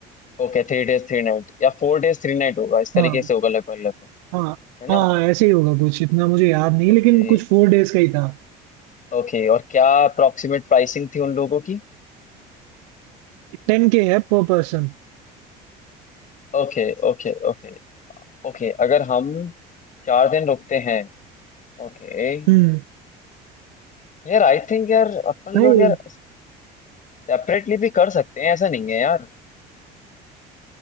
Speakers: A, on the left; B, on the right.
A: ओके थ्री डेज थ्री नाइट या फोर डेज थ्री नाइट होगा इस तरीके
B: हाँ
A: से होगा लगभग लगभग
B: हाँ
A: है ना
B: हाँ ऐसे ही होगा कुछ इतना मुझे याद नहीं
A: ओके
B: लेकिन कुछ फोर डेज का ही था
A: ओके और क्या अप्रोक्सीमेट प्राइसिंग थी उन लोगों की
B: टेन के है पर पर्सन
A: Okay okay okay ओके अगर हम चार दिन रुकते हैं ओके
B: हम्म
A: यार आई थिंक यार अपन
B: भाई
A: लोग यार सेपरेटली भी कर सकते हैं ऐसा नहीं है यार